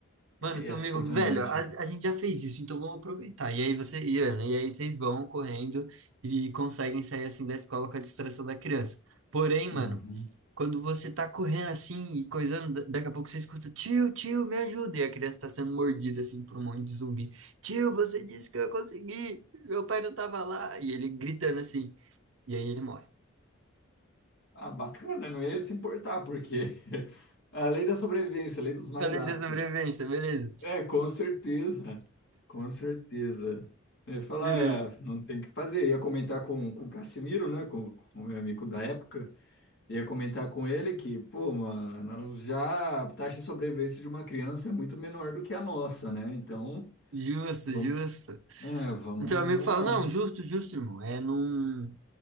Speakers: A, on the right; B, on the left.
A: Mano,
B: e
A: seu
B: essa
A: amigo,
B: oportunidade.
A: velho, a, a gente já fez isso, então vamos aproveitar. E aí você, e, Ana, e aí vocês vão correndo e conseguem sair assim da escola com a distração da criança. Porém,
B: Uhum.
A: mano, quando você tá correndo assim e coisando, da- daqui a pouco você escuta, tio, tio, me ajuda. E a criança tá sendo mordida assim por um monte de zumbi. Tio, você disse que eu consegui, meu pai não tava lá. E ele gritando assim. E aí ele morre.
B: Ah, bacana, não ia se importar, porque <laughs> a lei da sobrevivência, a lei dos mais
A: Além
B: aptos.
A: da sobrevivência, beleza.
B: É, com certeza, com certeza. Eu ia falar,
A: Beleza.
B: ah, não tem o que fazer. Eu Ia comentar com, com o Cassimiro, né, com com o meu amigo da época, ia comentar com ele que, pô, mano, já a taxa de sobrevivência de uma criança é muito menor do que a nossa, né? Então,
A: Justo,
B: vamos,
A: justo.
B: é, vamos,
A: O seu amigo
B: vamos
A: fala,
B: lá.
A: não, justo, justo, irmão. É, não,